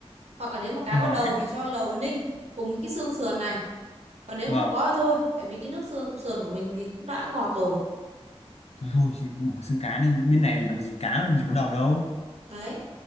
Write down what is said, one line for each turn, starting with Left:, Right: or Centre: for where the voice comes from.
Right: hoặc là nếu mà cá
Left: Ờ,
Right: có
Left: vâng
Right: đầu
Left: em
Right: thì cho đầu vào ninh cùng với cái xương sườn này và nếu
Left: vâng
Right: mà không có thì thôi tại vì cái nước xương sườn của mình thì cũng đã ngọt rồi
Left: thôi, thôi thì cứ bỏ xương cá đi bên này làm gì cá làm gì có đầu đâu
Right: đấy